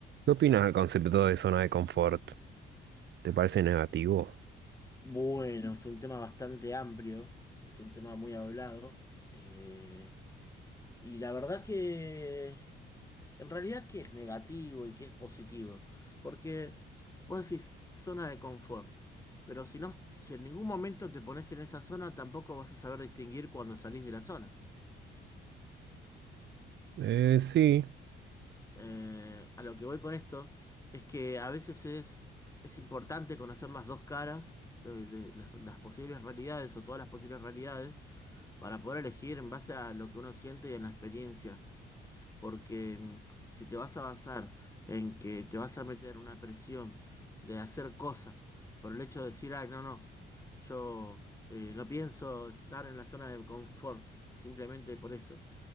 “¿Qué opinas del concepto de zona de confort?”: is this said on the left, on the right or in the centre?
Right